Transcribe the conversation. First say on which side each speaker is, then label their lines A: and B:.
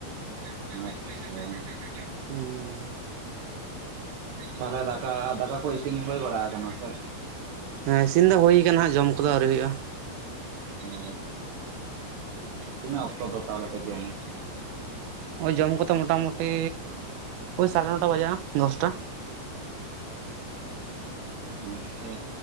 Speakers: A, on the right; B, on the right.
A: ᱟᱪᱪᱷᱟ᱾
B: ᱦᱩᱸ᱾
A: ᱛᱟᱦᱚᱞᱮ ᱫᱟᱠᱟ ᱫᱟᱠᱟ ᱠᱚ ᱤᱥᱤᱱ ᱦᱩᱭ ᱵᱟᱲᱟ ᱠᱟᱱᱟ ᱥᱮ?
B: ᱦᱮᱸ ᱤᱥᱤᱱ ᱫᱚ ᱦᱩᱭ ᱠᱟᱱᱟ ᱦᱟᱸᱜ ᱡᱚᱢ ᱠᱚᱫᱚ ᱟᱹᱣᱨᱤ ᱦᱩᱭᱩᱜᱼᱟ᱾
A: ᱚ ᱛᱤᱱᱟᱹᱜ ᱚᱠᱛᱚ ᱫᱚ ᱛᱟᱦᱚᱞᱮ ᱯᱮ ᱡᱚᱢᱟ?
B: ᱳᱭ ᱡᱚᱢ ᱠᱚᱛᱮ ᱢᱚᱴᱟᱢᱩᱴᱤ ᱳᱭ ᱥᱟᱲᱮ ᱱᱚᱴᱟ ᱵᱟᱡᱟᱜᱼᱟ ᱫᱚᱥᱴᱟ᱾
A: ᱟᱪᱪᱷᱟ᱾